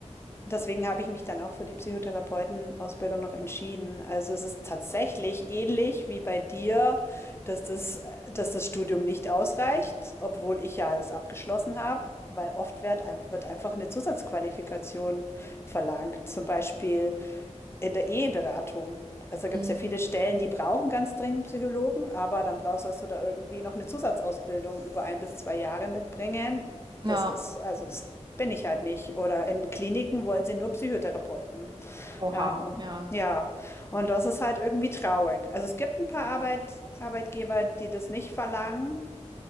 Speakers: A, on the left; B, on the right.
A: deswegen habe ich mich dann auch für die Psychotherapeutenausbildung noch entschieden. Also es ist tatsächlich ähnlich wie bei dir, dass das, äh, dass das Studium nicht ausreicht, obwohl ich ja das abgeschlossen habe, weil oft wird, ein- wird einfach eine Zusatzqualifikation verlangt. Zum Beispiel. In der Eheberatung. Also gibt
B: Mhm.
A: es ja viele Stellen, die brauchen ganz dringend Psychologen, aber dann brauchst sollst du da irgendwie noch eine Zusatzausbildung über ein bis zwei Jahre mitbringen.
B: Ja,
A: Das ist, also das bin ich halt nicht. Oder in Kliniken wollen sie nur Psychotherapeuten.
B: oha,
A: Ja, und
B: ja.
A: ja, und das ist halt irgendwie traurig. Also es gibt ein paar Arbeit, Arbeitgeber, die das nicht verlangen.